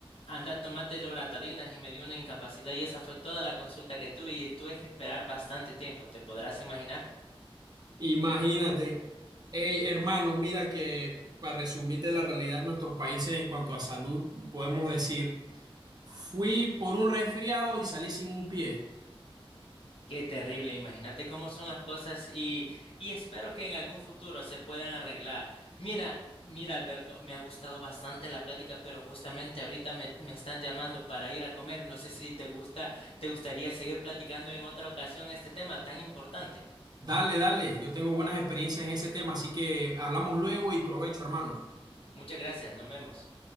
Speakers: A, on the left; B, on the right.
A: Anda, tomate loratadina y me dio una incapacidad y esa fue toda la consulta que tuve y tuve que esperar bastante tiempo, ¿te podrás imaginar?
B: <laughs> imagínate, hey, hermano, mira que para resumirte la realidad de nuestros países en cuanto a salud, podemos decir, fui por un resfriado y salí sin un pie.
A: Qué terrible, imagínate cómo son las cosas y, y espero que en algún futuro se puedan arreglar. Mira, mira Alberto, me ha gustado bastante la plática, pero justamente ahorita me, me están llamando para ir a comer. No sé si te gusta, te gustaría seguir platicando en otra ocasión este tema tan importante.
B: Dale, dale, yo tengo buenas experiencias en ese tema, así que hablamos luego y provecho, hermano.
A: Muchas gracias, nos vemos.